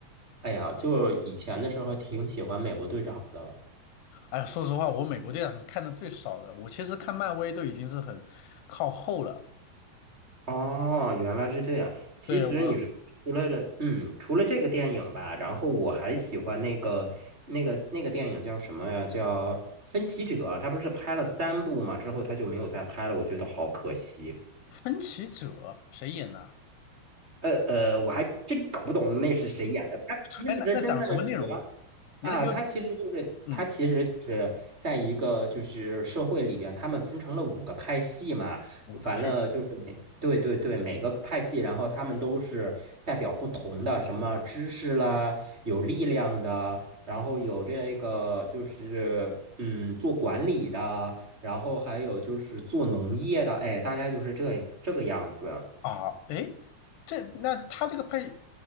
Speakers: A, on the right; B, on the left.
A: 哎呀，就以前的时候挺喜欢美国队长的。
B: 哎呀说实话，我美国队长是看的最少的。我其实看漫威都已经是很靠后了。
A: 哦，原来是这样。其实你说除了这，
B: 对，我。
A: 嗯，除了这个电影吧，然后我还喜欢那个那个那个电影叫什么呀？叫《分歧者》。他不是拍了三部嘛，之后他就没有再拍了，我觉得好可惜。
B: 分歧者谁演的啊
A: 呃呃，我还真搞不懂那是谁演的。他其实真的主要
B: 哎，那那讲什么内容呢？你能给我
A: 啊，他其实就是他其实就是在一个就是社会里边，
B: 嗯
A: 他们分成了五个派系嘛。
B: 五个派
A: 完了就是每对对对每个派系，然后他们都是代表不同的什么知识啦，有力量的，然后有这个就是嗯做管理的，然后还有就是做农业的，哎，大概就是这这个样子。
B: 啊？哎，这那他这个派，